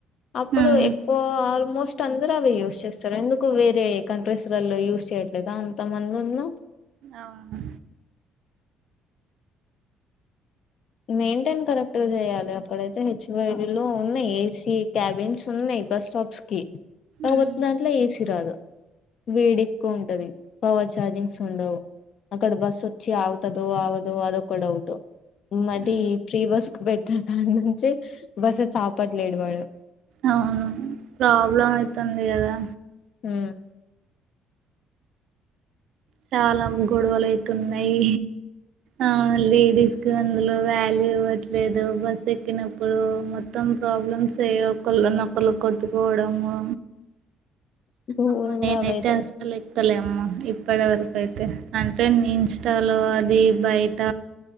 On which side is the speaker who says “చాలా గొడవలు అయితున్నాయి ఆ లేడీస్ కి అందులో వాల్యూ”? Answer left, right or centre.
Right